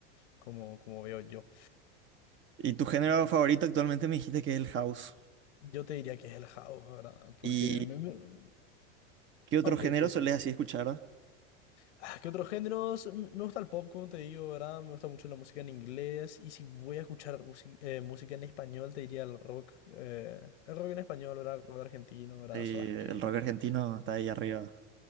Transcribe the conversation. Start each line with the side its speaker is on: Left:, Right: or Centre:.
Left: como, como veo yo.
Right: ¿Y tu género favorito actualmente me dijiste que es el house?
Left: Yo te diría que es el house, ¿verdad? Porque...
Right: ¿Y
Left: Me, me-
Right: qué otro
Left: ah, Ok,
Right: género
Left: ¿qué,
Right: solés
Left: qué,
Right: así escuchar?
Left: Ah, ¿qué otros géneros? M- Me gusta el pop, como te digo, ¿verdad? Me gusta mucho la música en inglés. Y si voy a escuchar musi- eh, música en español, te diría el rock. eh, el rock en español, ¿verdad? El rock argentino, ¿verdad?
Right: Sí, el
Left: Soda Stereo.
Right: rock argentino está ahí arriba.